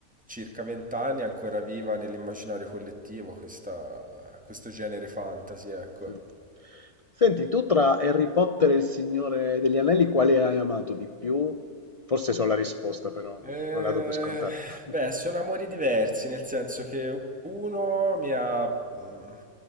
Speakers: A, in the centre; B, on the left.
A: circa vent'anni, è ancora viva nell'immaginario collettivo questa- questo genere fantasy, ecco.
B: sì. Senti, tu tra Harry Potter e il Signore degli Anelli, quale hai amato di più? Forse so la risposta, però
A: Eh,
B: non non la do per scontata.
A: beh,
B: <laughs>
A: sono amori diversi, nel senso che uno mi ha... mh,